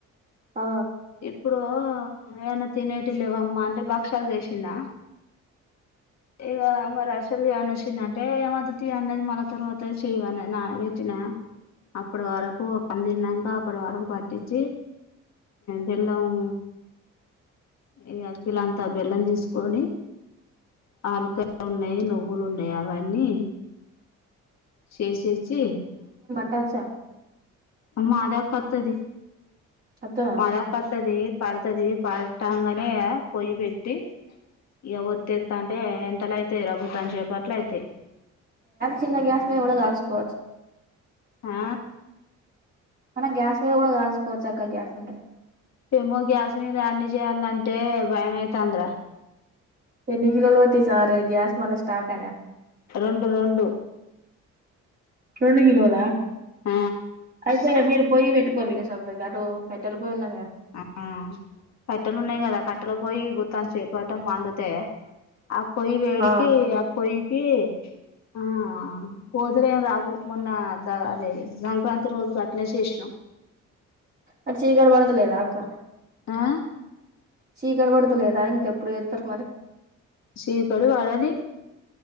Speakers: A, on the right; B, on the left.
A: ఆ
B: ఇప్పుడు ఏం తినేటి లేవమ్మా అంటే భక్ష్యాలు చేసినా ఇగా మరి ఆరిశాలు చెయన్న చిన్న అంటే ఏమదు తీ అన్నది మన తర్వాత చేయి అన్నది. నానా పెట్టిన అప్పుడు వరకు పనిదిరినాకా అప్పుడు వరకు పట్టించి బెల్లము ఇగ కిలంతా బెల్లం తీసుకొని ఆలకయలు ఉన్నాయి నువ్వులు ఉన్నాయి అవన్నీ చేసేసి
A: చా <inaudible>
B: మాద కతది
A: వత్తదా
B: మాదకతది పడుతది పట్టంగానే పొయ్యి పెట్టి ఇగా ఒత్తిస్త అంటే ఎంతల అయితయి రా బుత్తాంత సేపట్ల అయితయి.
A: చిన్న గ్యాస్ మీద కూడా కాలుసుకోవచ్చు.
B: ఆ
A: మన గ్యాస్ మీద కూడా కాల్చకోవచ్చు అక్క గ్యాస్ ఉంటాయి.
B: ఏమో గ్యాస్ మీద అన్ని చేయాలంటే భయమైతాంది రా
A: ఎన్ని కిలోలు వటి సరే గ్యాస్ మల స్టాక్
B: రెండు రెండు
A: రెండు కిలోలా
B: హ
A: అయితే మీరు పోయి పెట్టుకోవాలి సపేరెటు అటు కట్టెల పోయి ఉన్నదిగా
B: ఆ కట్టెలు ఉన్నాయి కదా కట్టెలు పోయి పుత్తం చేపట మండుతే ఆ పొయి వేడికి
A: ఆ
B: పోయికి ఆ కోతులు ఏం రావు మొన్న అదే సంక్రాంతి రోజుకు అట్లే చేసినం
A: అటు చీకటి పడతలేదా అక్క
B: ఆ
A: చీకటి పడత లేదా ఇంకెప్పుడు జెతరు మరి
B: చికాడు వడని